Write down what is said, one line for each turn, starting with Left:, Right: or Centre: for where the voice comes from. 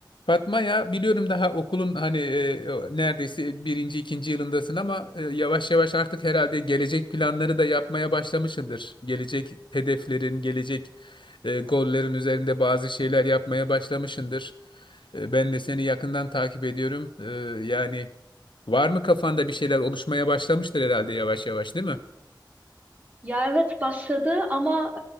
Left: Fatma ya biliyorum daha okulun hani e, o- neredeyse birinci ikinci yılındasın ama e, yavaş yavaş artık herhalde gelecek planları da yapmaya başlamışsındır. Gelecek hedeflerin, gelecek e, gollerin üzerinde bazı şeyler yapmaya başlamışsındır. E, ben de seni yakından takip ediyorum. E, yani var mı kafanda bir şeyler oluşmaya başlamıştır herhalde yavaş yavaş değil mi?
Right: Ya evet başladı ama